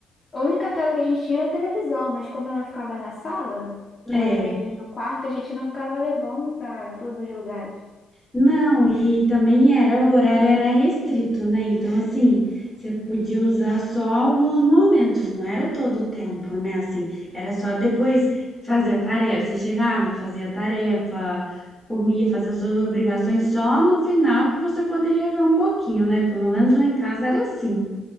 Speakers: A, on the left (about 30°); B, in the centre.
A: A única tela que a gente tinha era a televisão, mas como ela ficava na sala, ou
B: É.
A: às vezes no quarto, a gente não ficava levando para todos os lugares.
B: Não, e também era, o horário era restrito, né? Então, assim, você podia usar só alguns momentos, não era todo o tempo, né? Assim, era só depois fazer a tarefa. Você chegava, fazia a tarefa, comia, fazia suas obrigações, só no final que você poderia ver um pouquinho, né? Pelo menos lá em casa era assim.